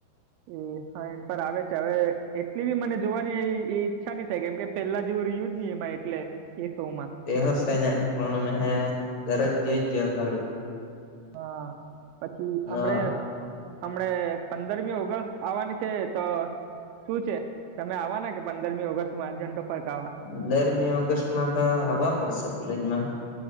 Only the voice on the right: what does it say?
એ હા એન પર આવે છે, હવે એટલી બી મને જોવાની એ ઈચ્છા નહીં થાય કેમ કે પેલા જેવું રહ્યું જ નહી એમાં એટલે એ સોમાં-
હા પછી
હમડે હમણે પંદરમી ઓગસ્ટ આવવાની છે. તો? શું છે, તમે આવા ને કે પંદરમી ઓગસ્ટમાં ઝંડો ફરકાવા